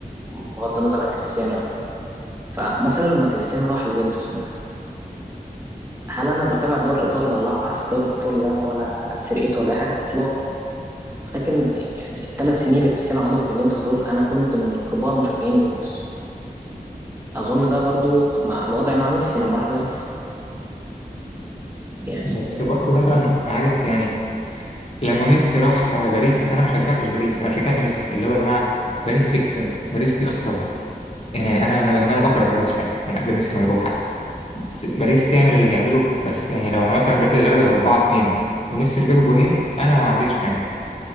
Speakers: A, on the right; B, on the left.
A: بغض النظر عن كريستيانو يعني فمثلا لما كريستيانو راح يوفنتوس مثلا هل انا بتابع الدوري الايطالي ولا اعرف الدوري الايطالي ده ولا فرقته ولا اي حاجه اطلاقا ولكن يعني الثلاث سنين اللي كريستيانو قعدهم في يوفنتوس دول انا كنت من كبار مشجعين يوفنتوس اظن ده برضو مع الوضع مع ميسي لما راح باريس يعني
B: بس برضه مثلا عارف يعني لما ميسي راح آه، باريس انا ما شجعتش باريس انا شجعت ميسي اللي هو يا جماعه باريس تكسب باريس تخسر يعني انا انا أنا بكره باريس فعلا من قبل ميسي ما يروح حتى بس باريس تعمل اللي تعمله بس يعني لو مثلا باريس اللي غلبت 4 2 وميسي اللي جاب الجولين انا ما عنديش مانع